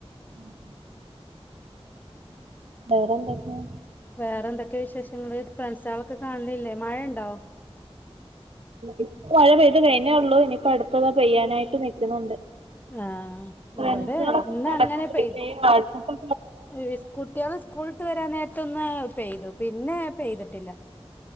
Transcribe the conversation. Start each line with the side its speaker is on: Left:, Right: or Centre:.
Right: ഉം വേറന്തെക്കെയ?
Left: വേറെന്തൊക്കെ വിശേഷങ്ങള് ഫ്രണ്ട്സാളെക്കെ കാണ്ലില്ലേ മഴണ്ടോ?
Right: ഇപ്പ മഴ പെയ്ത് കഴിഞ്ഞേ ഉള്ളു ഇനീപ്പോ അടുത്തതാ പെയ്യാനായിട്ട് നിക്കുന്നുണ്ട്
Left: ആഹ്
Right: ഫ്രണ്ട്സുകളൊക്കെ
Left: ഇവ്ടെ ഇന്നങ്ങനെ
Right: ഇങ്ങനെ ഇടക്ക് വിളിക്കും
Left: പെയ്
Right: ഈ വാട്ട്സപ്പും
Left: ഈസ് കൂട്ട്യാള് സ്കൂൾട്ട് വരാനേര ത്ത്ന്ന് പെയ്തു പിന്നെ പെയ്തിട്ടില്ല